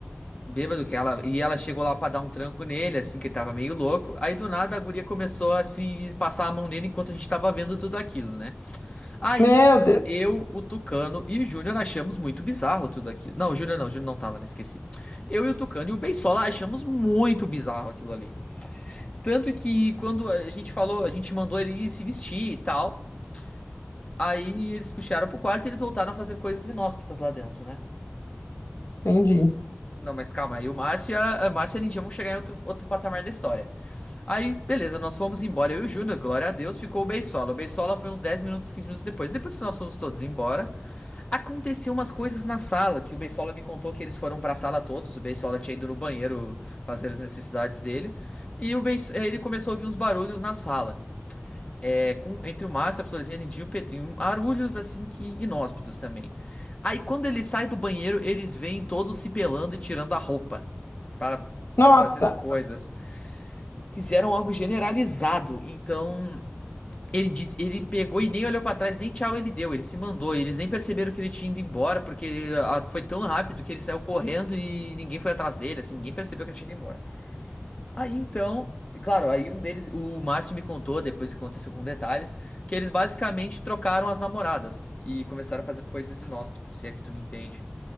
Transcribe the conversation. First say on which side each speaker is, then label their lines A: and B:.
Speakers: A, on the left (about 30°); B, on the left (about 75°).
A: bêbado que ela. E ela chegou lá pra dar um tranco nele, assim, que ele tava meio louco. Aí do nada a guria começou a se passar a mão nele enquanto a gente tava vendo tudo aquilo, né? Aí
B: Meu Deus,
A: eu, o Tucano e o Júnior achamos muito bizarro tudo aquilo. Não, o Júnior não, o Júnior não tava, não esqueci. Eu e o Tucano e o Beisola achamos muito bizarro aquilo ali. Tanto que quando a gente falou, a gente mandou ele se vestir e tal. Aí eles puxaram pro quarto e eles voltaram a fazer coisas inóspitas lá dentro, né?
B: entendi.
A: Não, mas calma, aí o Márcio e a, a Márcio e a Lindinha vão chegar em outro, outro patamar da história. Aí, beleza, nós fomos embora, eu e o Júnior, glória a Deus, ficou o Beisola. O Beisola foi uns 10 minutos, 15 minutos depois. Depois que nós fomos todos embora. Aconteceu umas coisas na sala, que o Beisola me contou que eles foram pra sala todos, o Beisola tinha ido no banheiro fazer as necessidades dele, e o Beis- eh, ele começou a ouvir uns barulhos na sala, é, com, entre o Márcio, a Florzinha, a Lindinha e o Pedrinho, barulhos assim que inóspitos também. Aí quando ele sai do banheiro, eles vêm todos se pelando e tirando a roupa para
B: Nossa,
A: para fazer coisas. Fizeram algo generalizado, então ele disse, ele pegou e nem olhou pra trás, nem tchau ele deu, ele se mandou. Eles nem perceberam que ele tinha ido embora, porque ele, ah, foi tão rápido que ele saiu correndo e ninguém foi atrás dele, assim, ninguém percebeu que ele tinha ido embora. Aí então, e claro, aí um deles, o Márcio me contou, depois que aconteceu com detalhes, que eles basicamente trocaram as namoradas e começaram a fazer coisas inóspitas, se é que tu me entende.